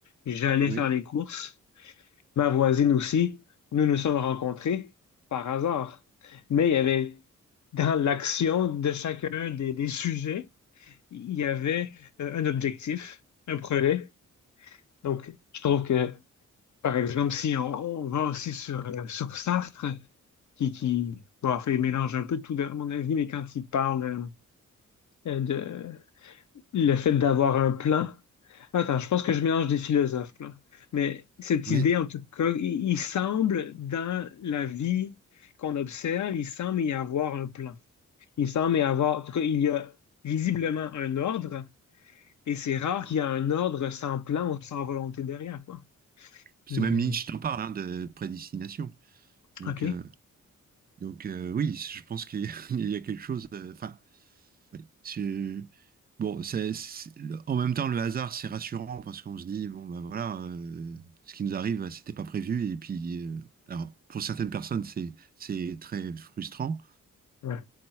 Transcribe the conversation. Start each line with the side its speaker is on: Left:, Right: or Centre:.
Left: J'allais
Right: oui,
Left: faire les courses, ma voisine aussi, nous nous sommes rencontrés par hasard. Mais il y avait dans l'action de chacun des, des sujets, il y avait euh, un objectif, un projet donc, je trouve que, par exemple, si on, on va aussi sur, euh, sur Sartre, qui, qui bon, en fait, il mélange un peu tout, à mon avis, mais quand il parle euh, euh, de le fait d'avoir un plan, attends, je pense que je mélange des philosophes, là. Mais cette
Right: oui.
Left: idée, en tout cas, il, il semble, dans la vie qu'on observe, il semble y avoir un plan. Il semble y avoir, en tout cas, il y a visiblement un ordre, et c'est rare qu'il y ait un ordre sans plan ou sans volonté derrière, quoi.
Right: C'est
Left: Mais,
Right: même Nietzsche
Left: euh,
Right: t'en parle, hein, de prédestination. Donc,
Left: OK.
Right: euh, donc euh, oui, je pense qu'il <laughs> y a quelque chose. euh, Enfin, Oui, c'est- Bon, c'est, c'est- le- en même temps, le hasard, c'est rassurant parce qu'on se dit, bon, ben voilà, euh, ce qui nous arrive, c'était pas prévu. Et puis, euh, alors, pour certaines personnes, c'est, c'est très frustrant.
Left: Ouais.